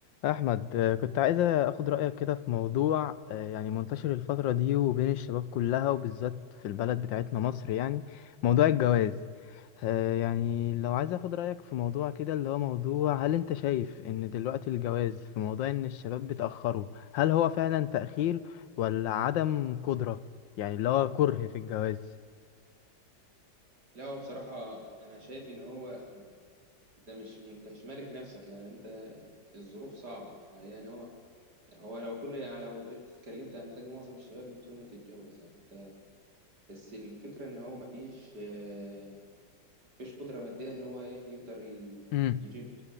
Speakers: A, on the left; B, on the right.
A: أحمد آه، كنت عايز أخد رأيك كده في موضوع آه، يعني منتشر الفترة دي وبين الشباب كلها وبالذات في البلد بتاعتنا مصر يعني موضوع الجواز آه، يعني لو عايز أخد رأيك في موضوع كده اللي هو موضوع هل أنت شايف إن دلوقتي الجواز في موضوع إن الشباب بتأخره هل هو فعلا تأخير ولا عدم قدرة يعني اللي هو كره في الجواز
B: لا هو بصراحة أنا شايف إن هو أنت مش أنت مش مالك نفسك يعني أنت الظروف صعبة يعني هو هو لو كل لو جيت اتكلمت عن ده معظم الشباب نفسهم يتجوز يعني أنت بس الفكرة إن هو مفيش آه، مفيش قدرة مادية إن هو إيه يقدر ي-
A: امم
B: يجيب